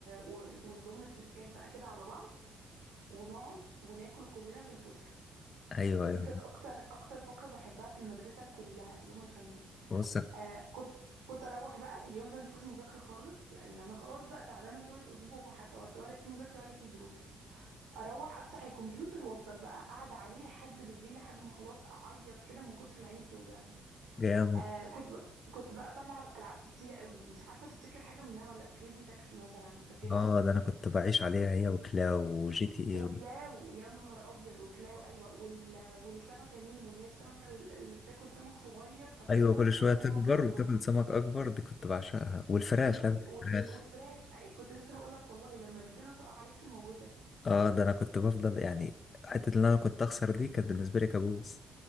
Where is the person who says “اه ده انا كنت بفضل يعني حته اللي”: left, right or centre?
Left